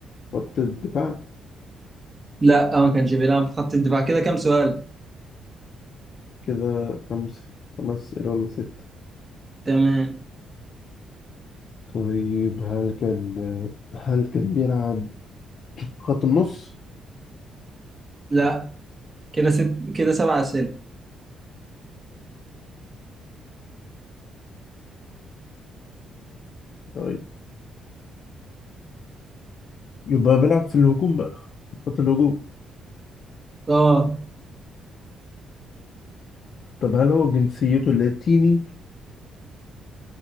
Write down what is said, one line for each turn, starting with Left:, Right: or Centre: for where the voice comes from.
Left: خط الدفاع
Right: لا آه، ما كانش بيلعب في خط الدفاع كده كام سؤال
Left: كده خمسة خمس أسئلة ولا ستة
Right: تمام
Left: طيب هل كان آه، هل كان بيلعب خط النص
Right: لا كده ست كده سبع أسئلة
Left: طيب يبقى بيلعب في الهجوم بقى خط الهجوم
Right: اه
Left: طب هل هو جنسيته لاتيني؟